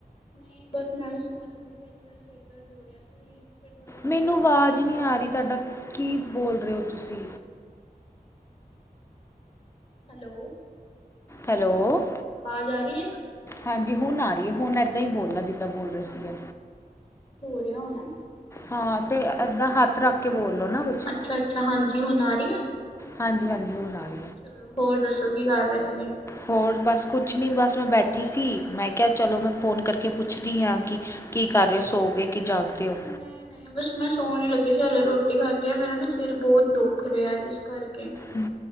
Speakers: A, on the left; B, on the left.
A: ਨਹੀਂ ਬਸ ਵੀ ਸੋਣ ਲੱਗੀ ਸੀ, ਅੱਜ ਮੇਰਾ ਸਿਰ ਦਰਦ ਹੋ ਰਿਹਾ ਸੀ। ਫਿਰ ਤੁਹਾਡਾ ਫੋਨ
B: ਮੈਨੂੰ
A: ਆ
B: ਆਵਾਜ਼
A: ਗਿਆ
B: ਨਹੀਂ ਆ ਰਹੀ ਤੁਹਾਡਾ, ਕੀ ਬੋਲ ਰਹੇ ਹੋ ਤੁਸੀਂ।
A: Hello
B: hello.
A: ਆਵਾਜ਼ ਆ ਰਹੀ ਹੈ
B: ਹਾਂਜੀ ਹੁਣ ਆ ਰਹੀ ਐ। ਹੁਣ ਏਦਾਂ ਹੀ ਬੋਲਣਾ ਜਿੱਦਾਂ ਬੋਲ ਰਹੇ ਸੀਗੇ।
A: ਪਿਆ ਹੋਣਾ।
B: ਹਾਂ, ਤੇ ਏਦਾਂ ਹੱਥ ਰੱਖ ਕੇ ਬੋਲ ਲਓ ਨਾ ਕੁਛ
A: ਅੱਛਾ -ਅੱਛਾ ਹਾਂਜੀ ਹੁਣ ਆ ਰਹੀ ਹੈ?
B: ਹਾਂਜੀ -ਹਾਂਜੀ ਹੁਣ ਆ ਰਹੀ ਹੈ।
A: ਚਲੋ, ਹੋਰ ਦੱਸੋ ਕੀ ਕਰ ਰਹੇ ਸੀਗੇ।
B: ਹੋਰ ਬਸ ਕੁਛ ਨੀ ਬਸ ਮੈਂ ਬੈਠੀ ਸੀ, ਮੈਂ ਕਿਹਾ ਚਲੋ ਮੈਂ ਫੋਨ ਕਰਕੇ ਪੁੱਛਦੀ ਹਾਂ, ਕਿ ਕੀ ਕਰ ਰਹੇ ਹੋ, ਸੋ ਗਏ ਕੇ ਜਾਗਦੇ। ਹੋ
A: ਨਹੀਂ ਨਹੀਂ ਬਸ ਮੈਂ ਸੌਣ ਲੱਗੀ ਸੀ ਹਲੇੇ ਰੋਟੀ ਖਾਧੀ ਆ, ਮੇਰਾ ਨਾ ਸਿਰ ਬਹੁਤ ਦੁੱਖ ਰਿਹਾ, ਜਿਸ ਕਰਕੇ।
B: ਹੂੰ।